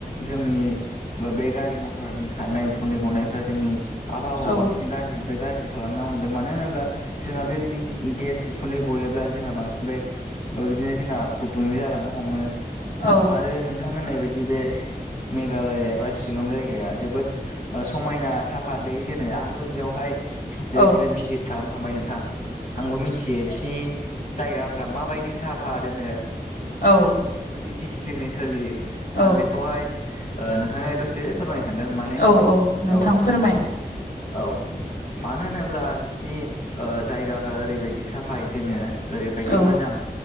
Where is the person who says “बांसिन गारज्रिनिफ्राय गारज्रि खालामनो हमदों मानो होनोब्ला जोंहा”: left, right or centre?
Left